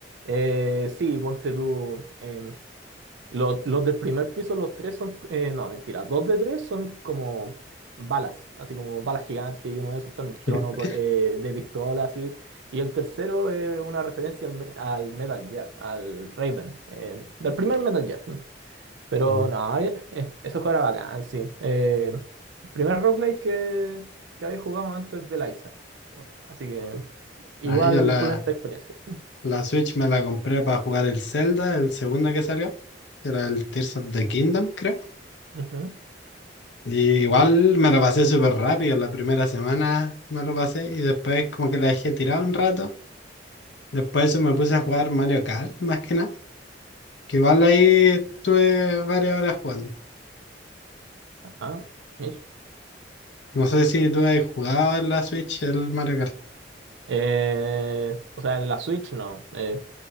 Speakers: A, on the right; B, on the left.
A: Eh, sí, ponte tú. em, los, los del primer piso, los tres son, eh, no, mentira, dos de tres son como balas, así como balas gigantes, y uno de esos está en un trono
B: <laughs>
A: co- eh, de pistola, así. Y el tercero es una referencia al, me- al Metal Gear, al Raven, eh, del primer Metal Gear. mm. Pero
B: Mm.
A: no, eh, eh, ese juego era bacán, sí. Eh, primer roguelike que, que había jugado antes del Isaac. Así que igual
B: Ah, yo la,
A: pulenta experiencia.
B: la Switch me la compré para jugar el Zelda, el segundo que salió, que era el Tears of the Kingdom, creo.
A: Ujú,
B: Y igual me lo pasé súper rápido, la primera semana me lo pasé y después como que la dejé tirada un rato. Después de eso me puse a jugar Mario Kart, más que nada, que igual ahí estuve varias horas jugando.
A: ajá, Mish.
B: No sé si tú has jugado en la Switch el Mario Kart.
A: Eh, o sea, en la Switch no. Eh,